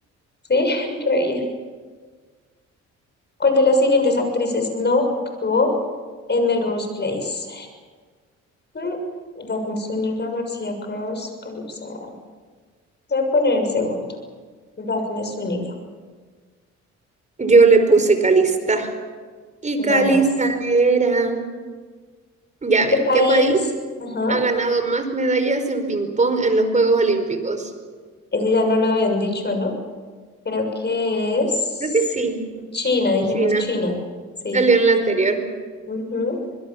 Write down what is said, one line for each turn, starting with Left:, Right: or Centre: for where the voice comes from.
Left: Sí, <laughs> re bien. ¿Cuál de las siguientes actrices no actuó en Melrose Place? Mm, Daphne Zúñiga, Marcia Cross, Calypso. Voy a poner el segundo. Daphne Zúñiga.
Right: Yo le puse Calista. Y Calista
Left: Ganaste.
Right: era. Ya a ver,
Left: ¿Qué país?
Right: ¿qué país
Left: Ajá.
Right: ha ganado más medallas en ping pong en los Juegos Olímpicos?
Left: Ese ya no lo habían dicho, ¿no? Creo que es
Right: Creo que sí,
Left: China, dijimos
Right: China.
Left: China. Sí.
Right: Salió en la anterior.
Left: Ujú.